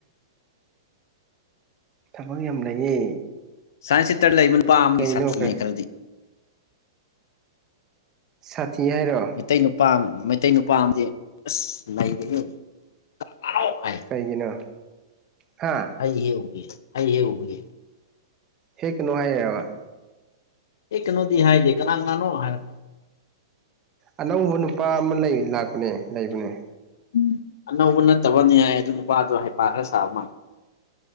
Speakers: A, on the right (about 25°); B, on the left (about 60°).
A: ꯊꯕꯛ ꯌꯥꯝ ꯂꯩꯌꯦ
B: ꯁꯥꯏꯟꯁ ꯁꯤꯇꯔ ꯂꯩꯕ ꯅꯨꯄꯥ ꯑꯃꯒꯤ
A: ꯀꯩꯅꯣ
B: ꯁꯥꯇꯤ
A: ꯀ
B: ꯍꯥꯏꯅ ꯈꯔꯗꯤ
A: ꯁꯥꯊꯤ ꯍꯥꯏꯔꯣ
B: ꯃꯩꯇꯩ ꯅꯨꯄꯥ ꯃꯩꯇꯩ ꯅꯨꯄꯥ ꯑꯝ ꯑꯁ <unintelligible> ꯍꯥꯏ
A: ꯀꯩꯔꯤꯒꯤꯅꯣ ꯍꯥ
B: ꯑꯩ ꯍꯦꯛ ꯎꯕꯒꯦ ꯑꯩ ꯍꯦꯛ ꯎꯕꯒꯦ
A: ꯍꯦꯛꯒꯅꯨ ꯍꯥꯏꯔꯕ
B: ꯍꯦꯛꯀꯅꯣꯗꯤ ꯍꯥꯏꯗꯦ ꯀꯅꯥ ꯀꯅꯥꯅꯣ ꯍꯥꯏꯔꯛꯄ
A: ꯑꯅꯧꯕ ꯅꯨꯄꯥ ꯑꯃ ꯂꯩ ꯂꯥꯛꯄꯅꯦ ꯂꯩꯕꯅꯦ
B: ꯎꯝ ꯑꯅꯧꯕ ꯅꯠꯇꯕꯅꯤ ꯍꯥꯏ ꯑꯗꯨ ꯅꯨꯄꯥꯗꯣ ꯍꯩꯄꯥ ꯈꯔ ꯁꯥꯕ ꯃꯥꯂꯦ